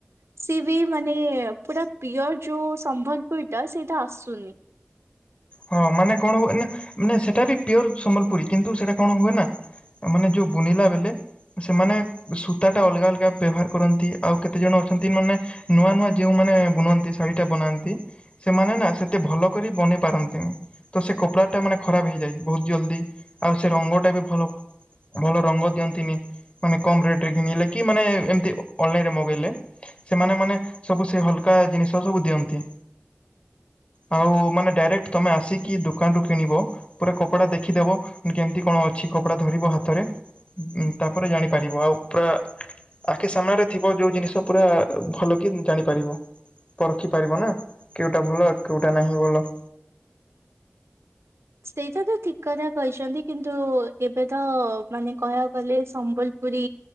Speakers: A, on the right; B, on the left.
A: ସିଏ ବି ମାନେ ପୁରା ପିୟର ଯୋଉ ସମ୍ବଲପୁରୀ ଟା ସେଇଟା ଆସୁନି।
B: ହଁ ମାନେ କଣ ହୁଏ ନା ମାନେ ସେଟା ବି ପିୟର୍ ସମ୍ବଲପୁରୀ କିନ୍ତୁ ସେଟା କଣ ହୁଏ ନା? ମାନେ ଯୋଉ ବୁନିଲା ବେଲେ ସେମାନେ ସୂତାଟା ଅଲଗା ଅଲଗା ବ୍ୟବହାର କରନ୍ତି ଆଉ କେତେଜଣ ଅଛନ୍ତି ମାନେ ନୂଆ ନୂଆ ଯେଉଁମାନେ ବୁନନ୍ତି ଶାଢୀଟା ବନାନ୍ତି ସେମାନେ ନା ସେତେ ଭଲ କରି ବନେଇ ପାରନ୍ତିନି। ତ ସେ କପଡା ଟା ମାନେ ଖରାପ ହେଇଯାଏ ବହୁତ୍ ଜଲ୍ଦି ଆଉ ସେ ରଙ୍ଗଟା ବି ଭଲ ଭଲ ରଙ୍ଗ ଦିଅନ୍ତିନି ମାନେ କମ୍ ରେଟରେ କିଣିଲେ କି ମାନେ ଏମିତି ଅନଲାଇନିରେ ମଗେଇଲେ। ସେମାନେ ମାନେ ସବୁ ସେ ହାଲ୍କା ଜିନିଷ ସବୁ ଦିଅନ୍ତି। ଆଉ ମାନେ ଡାଇରେକ୍ଟ ତମେ ଆସିକି ଦୋକାନ ରୁ କିଣିବ। ପୁରା କପଡା ଦେଖିଦବ କେମିତି କଣ ଅଛି କପଡା ଧରିବ ହାତରେ। ତାପରେ ଜାଣିପାରିବ ଆଉ ପୁରା ଆଖି ସାମ୍ନାରେ ଥିବ ଯୋଉ ଜିନିଷ ପୁରା ଭଲ କି ଜାଣିପାରିବ। ପରଖି ପାରିବ ନା କେଉଟା ଭଲ କେଉଟା ନାହିଁ ଭଲ।
A: ସେଇଟା ତ ଠିକ୍ କଥା କହିଚନ୍ତି କିନ୍ତୁ ଏବେ ତ ମାନେ କହିଆକୁ ଗଲେ ସମ୍ବଲ୍ ପୁରୀ